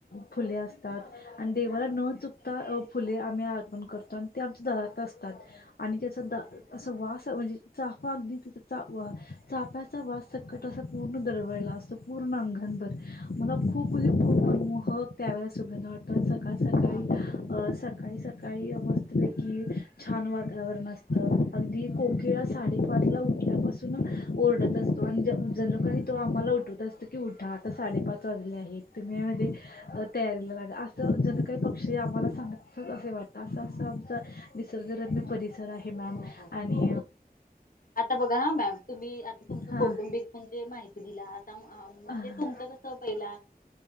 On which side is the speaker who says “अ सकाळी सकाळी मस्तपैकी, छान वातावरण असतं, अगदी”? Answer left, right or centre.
Left